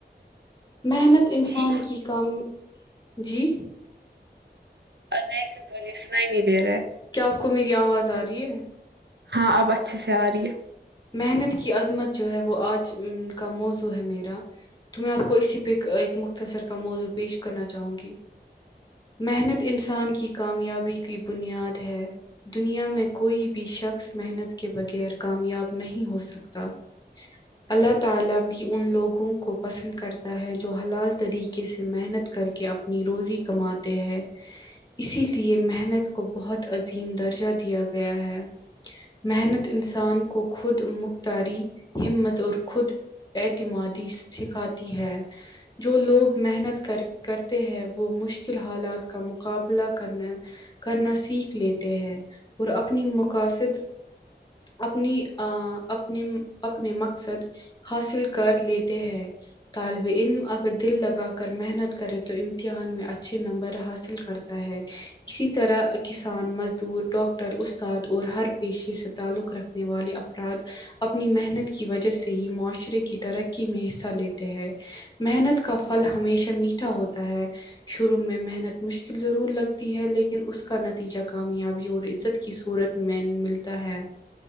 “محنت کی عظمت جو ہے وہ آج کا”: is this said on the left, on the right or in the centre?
Left